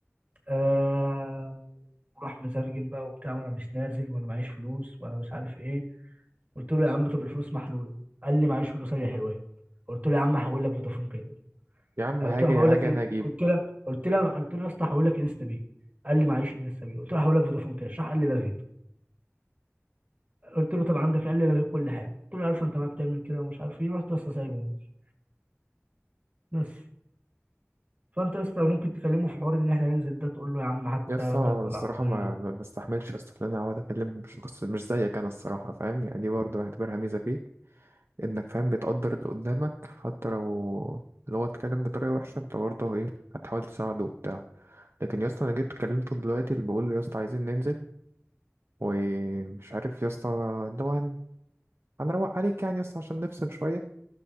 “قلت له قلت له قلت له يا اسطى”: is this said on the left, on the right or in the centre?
Right